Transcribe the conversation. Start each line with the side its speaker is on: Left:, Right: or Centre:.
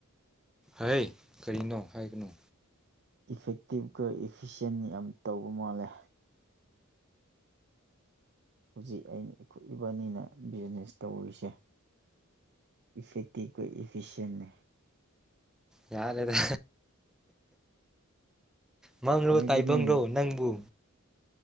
Centre: ꯍꯩ ꯀꯔꯤꯅꯣ ꯍꯥꯏꯒꯅꯨ
Right: ꯏꯐꯦꯛꯇꯤꯞꯀ ꯏꯐꯤꯁꯦꯟ ꯌꯥꯝ ꯇꯧꯕ ꯃꯥꯜꯂꯦ ꯍꯧꯖꯤꯛ ꯑꯩꯅ ꯏꯈꯣꯏ ꯏꯕꯥꯏꯅꯤꯅ ꯕꯤꯖꯤꯅꯦꯁ ꯇꯧꯔꯤꯁꯦ ꯏꯐꯦꯛꯇꯤꯞꯀ ꯏꯐꯤꯁꯦꯟꯅꯦ
Centre: ꯌꯥꯔꯦꯗ ꯃꯪꯂꯣ
Right: ꯍꯥꯏꯕꯗꯤ
Centre: ꯇꯥꯏꯕꯪꯔꯣ ꯅꯪꯕꯨ